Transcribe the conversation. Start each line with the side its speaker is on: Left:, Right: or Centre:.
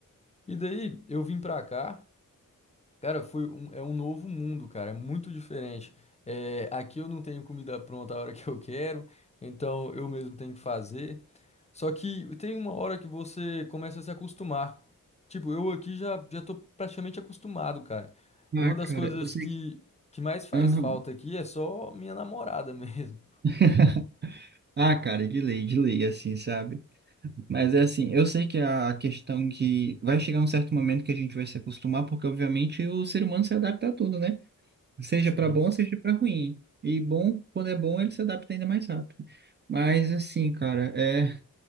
Left: E daí eu vim pra cá, cara, foi um, é um novo mundo, cara, é muito diferente. É, aqui eu não tenho comida pronta a hora que eu quero, então eu mesmo tenho que fazer. Só que tem uma hora que você começa a se acostumar. Tipo, eu aqui já, já tô praticamente acostumado, cara.
Right: Ah,
Left: É Uma
Right: cara,
Left: das coisas
Right: eu sei
Left: que,
Right: que.
Left: que mais faz
Right: Aham.
Left: falta aqui é só minha namorada <laughs> mesmo.
Right: <laughs> Ah, cara, de lei, de lei, assim, sabe? Mas é assim, eu sei que a questão que vai chegar um certo momento que a gente vai se acostumar, porque obviamente o ser humano se adapta a tudo, né? Seja
Left: Sim.
Right: pra bom, seja pra ruim. E bom, quando é bom, ele se adapta ainda mais rápido. Mas assim, cara, é.